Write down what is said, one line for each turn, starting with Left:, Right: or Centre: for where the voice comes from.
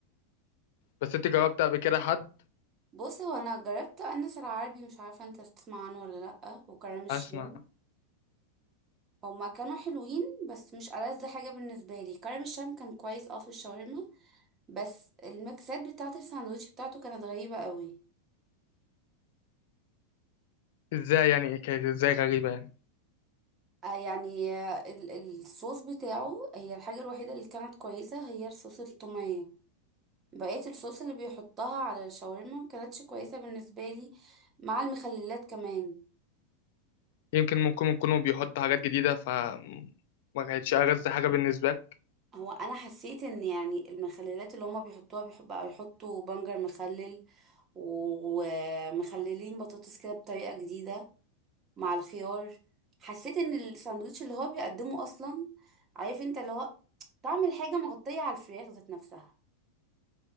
Left: بس انت جربت قبل كده حد
Right: بص هو انا جربت انس العربي مش عارفه انت تسمع عنه ولا لا وكرم الشام
Left: اسمع
Right: هما كانوا حلوين بس مش ألذ حاجه بالنسبه لي كرم الشام كان كويس اه في الشاورما بس الميكسات بتاعه الساندوتش بتاعته كانت غريبه قوي
Left: ازاي يعني كانت ازاي غريبة يعني
Right: آه يعني آه، ال- الصوص بتاعه هي الحاجه الوحيده اللي كانت كويسه هي الصوص التوميه بقية الصوص اللي بيحطها على الشاورما مكانتش كويسة بالنسبة لي مع المخللات كمان
Left: يمكن ممكن يكونوا بيحطوا حاجات جديدة فما كانتش ألذ حاجة بالنسبة لك
Right: هو انا حسيت ان يعني المخللات اللي هما بيحطوها بيحب بقى يحطوا بنجر مخلل ومخللين بطاطس كده بطريقة جديدة مع الخيار حسيت ان الساندوتش اللي هو بيقدمه اصلا عارف انت اللي هو طعم الحاجة مغطية على الفراخ ذات نفسها